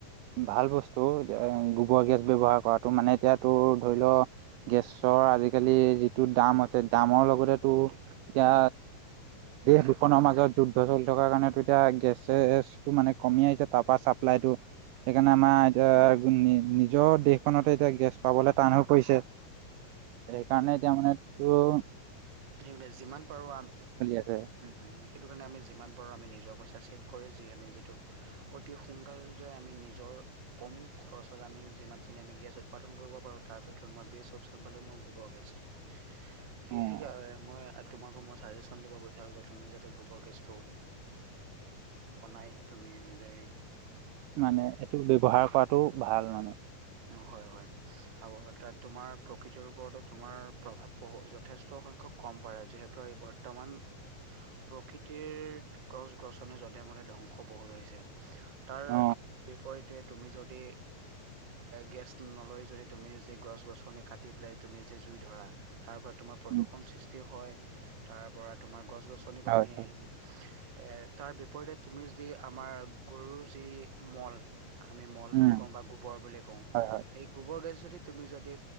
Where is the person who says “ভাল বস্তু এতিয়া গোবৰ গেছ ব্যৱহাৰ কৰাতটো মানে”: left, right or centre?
Right